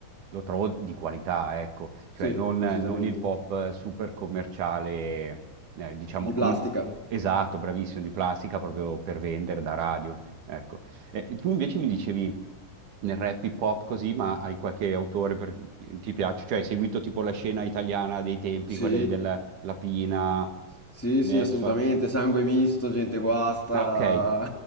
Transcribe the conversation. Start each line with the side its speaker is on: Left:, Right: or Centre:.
Right: lo trovo di qualità, ecco, cioè
Centre: Sì,
Right: non,
Centre: decisamente.
Right: non il pop super commerciale, eh, diciamo,
Centre: Di plastica.
Right: come... Esatto, bravissimo, di plastica proprio per vendere da radio, ecco. E- e tu invece mi dicevi nel rap hip hop così, ma hai qualche autore per... ti piace? Cioè hai seguito tipo la scena italiana dei tempi,
Centre: Sì,
Right: quelle della Lapina,
Centre: sì,
Right: Neffa?
Centre: sì, assolutamente. Sangue misto, gente guasta.
Right: Ah, ok,